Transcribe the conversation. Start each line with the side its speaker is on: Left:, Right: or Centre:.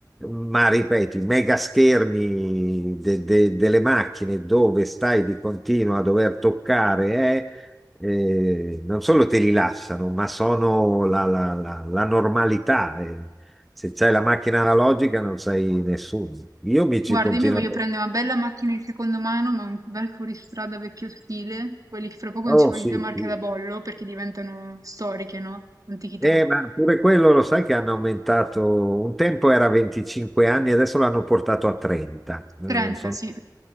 Centre: ma ripeto, i mega schermi de- de- delle macchine dove stai di continuo a dover toccare, eh, eh, non solo te li lasciano, ma sono la, la- la- la normalità. eh. Se c'hai la macchina analogica non sei nessuno. Io mi ci
Right: Guarda,
Centre: continuo.
Right: io mi voglio prendere una bella macchina di seconda mano, ma un bel fuoristrada vecchio stile, quelli che fra poco non
Centre: Oh,
Right: si vogliono
Centre: sì,
Right: più marche
Centre: sì.
Right: da bollo perché diventano storiche, no? Antichità.
Centre: Eh, ma pure quello lo sai che hanno aumentato, un tempo era 25 anni, adesso l'hanno portato a 30. Eh,
Right: 30,
Centre: son-
Right: sì.